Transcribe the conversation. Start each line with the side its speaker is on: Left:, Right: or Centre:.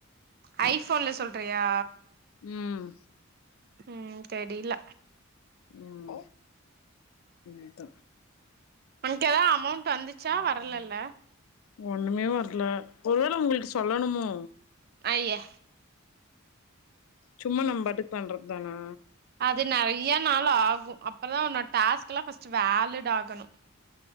Right: ஐ ஃபோன்ல சொல்றியா
Left: ம்
Right: ம் தெரில
Left: ம் இதா
Right: உனக்கு எதாது அமௌண்ட் வந்துச்சா வர்லல
Left: ஒன்னுமே வர்ல ஒருவேல அவுங்கள்கு சொல்லணுமோ
Right: அய்ய
Left: சும்மா நம் பாட்டுக்கு பண்றது தானா
Right: அது நறைய நாள் ஆகு அப்பதா உன்னோட டாஸ்க்கெல்லா ஃபர்ஸ்ட் வேலிட் ஆகணு